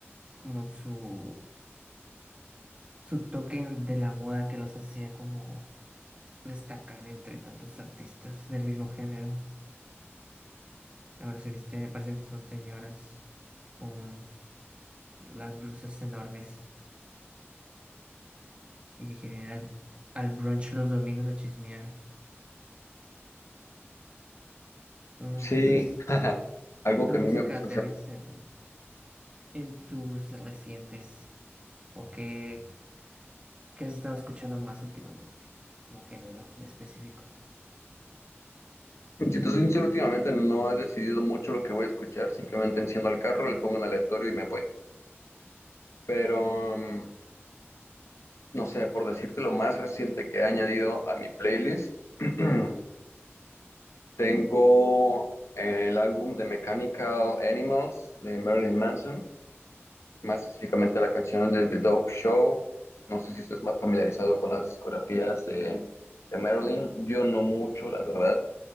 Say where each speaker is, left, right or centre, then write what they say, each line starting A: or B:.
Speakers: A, on the right; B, on the left.
A: como su su toque de la moda que los hacía como destacar entre tantos artistas del mismo género. Ahora se visten, me parecen que son señoras con las blusas enormes y que quieren ir al al brunch los domingos a chismear. Mm,
B: Sí,
A: ¿Qué otros,
B: algo
A: qué otra
B: que
A: música
B: a mí me gusta
A: tenías
B: hacer.
A: en el, en tus recientes o qué, qué has estado escuchando más últimamente como género en específico?
B: Si te soy sincero, últimamente no he decidido mucho lo que voy a escuchar. Simplemente enciendo el carro, le pongo en aleatorio y me voy. Pero, mm, no sé, por decirte lo más reciente que he añadido a mi playlist. <clears throat> Tengo el álbum de Mechanical Animals de Marilyn Manson, más específicamente la canción de The Dope Show. No sé si estás más familiarizado con las discografías de, de Marilyn. Yo no mucho, la verdad.